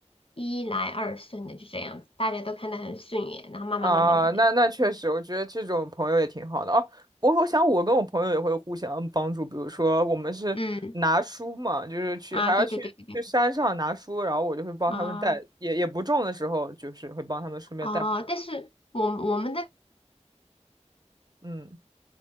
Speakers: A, on the left; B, on the right.
A: 一来二顺的就这样子，大家都看得很顺眼，然后慢慢慢慢慢的，
B: 啊，那那确实，我觉得这种朋友也挺好的哦。我我想我跟我朋友也会互相帮助，比如说我们是拿书嘛，
A: 嗯
B: 就是去还要去去山上拿书，
A: 啊，对对对对对
B: 然后我就会帮他们带，
A: 啊
B: 也也不重的时候，就是会帮他们顺便带回。
A: 啊，但是我我们的。
B: 嗯。